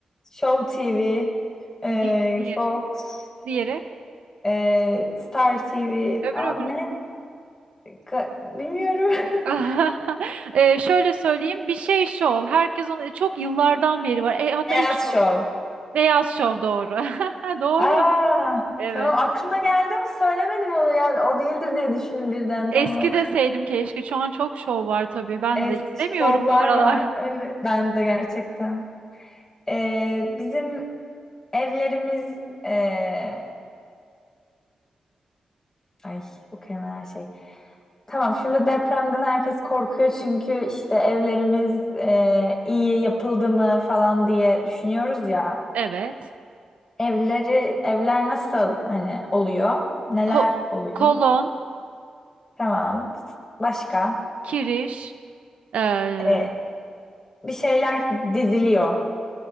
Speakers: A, on the left; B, on the right.
A: Show TV, e,
B: Di- diğeri.
A: Fox,
B: Diğeri.
A: e, Star TV.
B: Öbürü
A: Aa,
B: öbürü.
A: ne? Ka- bilmiyorum.
B: <laughs>
A: <laughs>
B: E, şöyle söyleyeyim. Bir şey şov. Herkes onu çok yıllardan beri var. E, hatta
A: Beyaz
B: ilk şov.
A: Show.
B: Beyaz şov doğru. <laughs> Doğru.
A: Aa,
B: Evet.
A: tamam aklıma geldi ama söylemedim onu yani o değildir diye düşündüm birden
B: Eski
A: tamam.
B: deseydim keşke. Şu an çok şov var tabii.
A: <laughs>
B: Ben
A: Eski
B: de izlemiyorum
A: şovlar
B: bu aralar.
A: var. Evet. Ben de gerçekten. Ee, bizim evlerimiz ee, ay o kelimeler şey. Tamam şimdi depremden herkes korkuyor çünkü işte evlerimiz ee, iyi yapıldı mı falan diye düşünüyoruz ya.
B: <laughs> Evet.
A: Evleri evler nasıl hani oluyor? Neler
B: Ko-
A: oluyor?
B: kolon.
A: Tamam. Başka?
B: kiriş, eee,
A: Ee, bir şeyler diziliyor